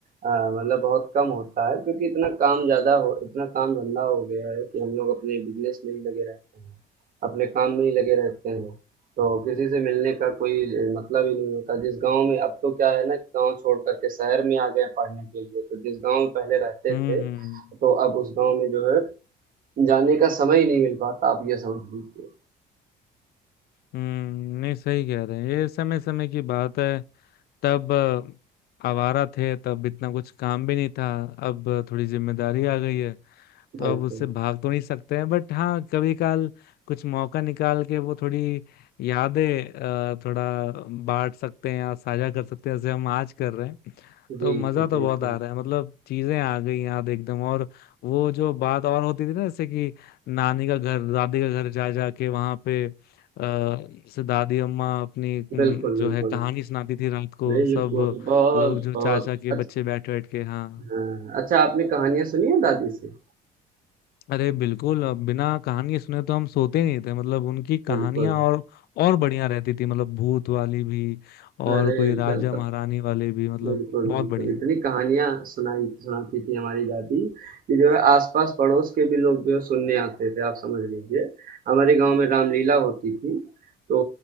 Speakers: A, on the right; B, on the left.
A: अ, मतलब बहुत कम होता है क्योंकि इतना काम ज़्यादा हो इतना काम-धंधा हो गया है कि हम लोग अपने बिज़नेस में ही लगे रहते हैं, अपने काम में ही लगे रहते हैं। तो किसी से मिलने का कोई अ, मतलब ही नहीं होता। जिस गाँव में अब तो क्या है ना कि गाँव छोड़ कर के शहर में आ गए हैं पढ़ने के लिए, तो जिस गाँव में पहले रहते
B: हम्म
A: थे, तो
B: हम्म
A: अब उस गाँव में जो है जाने का समय ही नहीं मिल पाता, आप ये समझ लीजिए।
B: हम्म, नहीं सही कह रहे हैं ये समय समय की बात है तब अ, आवारा थे तब इतना कुछ काम भी नहीं था अब थोड़ी जिम्मेदारी आ गई है तो
A: बिल्कुल।
B: अब उससे भाग तो नहीं सकते हैं बट हाँ कभी काल कुछ मौका निकाल के वो थोड़ी यादें अ, थोड़ा बांट सकते हैं या साझा कर सकते हैं जैसे हम आज कर रहे हैं
A: जी,
B: तो मजा
A: जी,
B: तो
A: बिल्कुल।
B: बहुत आ रहा है मतलब चीजें आ गई याद एकदम और वो जो बात और होती थी ना जैसे कि नानी का घर दादी का घर जा जा के वहां पे अ, जैसे दादी अम्मा अपनी अम,
A: बिल्कुल, बिल्कुल।
B: जो है कहानी सुनाती थी रात को
A: बिल्कुल,
B: सब
A: बहुत-बहुत
B: लोग जो चाचा के
A: अच्छ
B: बच्चे बैठ बैठ के हाँ
A: हाँ, अच्छा आपने कहानियाँ सुनी हैं दादी से?
B: अरे बिल्कुल अब बिना कहानी सुने तो हम सोते नहीं थे मतलब उनकी कहानियां
A: बिल्कुल।
B: और और बढ़िया रहती थी मतलब भूत वाली भी और
A: अरे!
B: कोई
A: एकदम
B: राजा महारानी वाले भी मतलब
A: बिल्कुल,
B: बहुत
A: बिल्कुल।
B: बढ़िया
A: इतनी कहानियाँ सुनाई सुनाती थी हमारी दादी कि जो है आस-पास पड़ोस के भी लोग जो है सुनने आते थे, आप समझ लीजिए। हमारे गाँव में रामलीला होती थी, तो